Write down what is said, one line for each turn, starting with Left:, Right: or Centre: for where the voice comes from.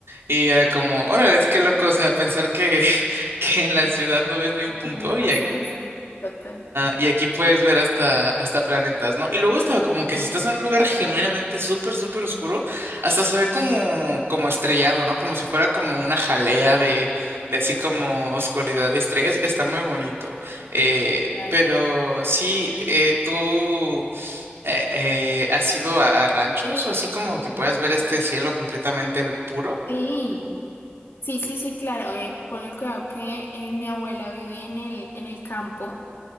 Right: Y era como, órale, es que loco, o sea, pensar que que en la ciudad no ves ni un punto
Left: Ya no
Right: y
Left: pasa
Right: aquí,
Left: eso. Total.
Right: y aquí puedes ver hasta, hasta planetas, ¿no? Y luego estaba como que si estás en un lugar genuinamente súper, súper oscuro, hasta se ve como, como estrellado, ¿no? Como si fuera como una jalea de, de así como oscuridad y estrellas. Está muy bonito. Eh,
Left: Total.
Right: pero sí, eh, tú... eh, eh, ¿has ido a, a ranchos o así como que puedas ver este cielo completamente puro?
Left: Sí. Sí, sí, sí, claro. Eh, ponle cuidado que eh, mi abuela vive en el, en el campo.